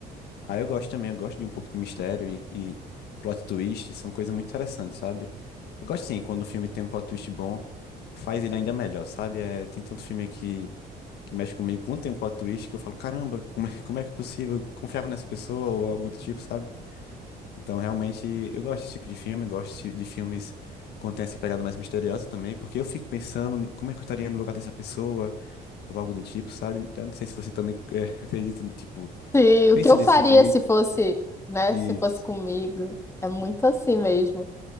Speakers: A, on the left; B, on the left.
A: Aí eu gosto também, eu gosto de um pouco de mistério e, e plot twist, são coisas muito interessantes, sabe? Eu gosto sim, quando o filme tem um plot twist bom, faz ele ainda melhor, sabe? É, tem tanto filme que, que mexe comigo, quando tem um plot twist que eu falo, caramba, como é, como é que é possível? Eu confiava nessa pessoa ou algo do tipo, sabe? Então, realmente, eu gosto desse tipo de filme, gosto de filmes quando tem essa pegada mais misteriosa também, porque eu fico pensando como é que eu estaria no lugar dessa pessoa, ou algo do tipo, sabe? Eu não sei se você também é, <laughs> acredita, tipo,
B: Sim, o
A: pensa
B: que eu
A: desse
B: faria
A: jeito
B: se fosse, né,
A: e
B: se fosse comigo? É muito assim mesmo.